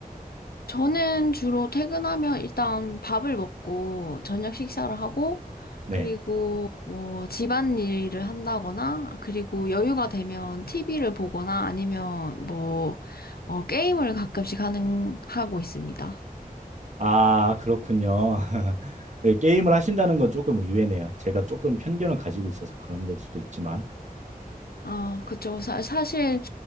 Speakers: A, on the left (about 85°); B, on the right (about 50°).
A: 저는 주로 퇴근하면 일단 밥을 먹고 저녁 식사를 하고
B: 네.
A: 그리고 뭐 집안일을 한다거나 그리고 여유가 되면 TV를 보거나 아니면 뭐 어, 게임을 가끔씩 하는 하고 있습니다.
B: 아, 그렇군요. <laughs> 예, 게임을 하신다는 건 조금 의외네요. 제가 조금 편견을 가지고 있어서 그런 걸 수도 있지만.
A: 아 그쵸. 사, 사실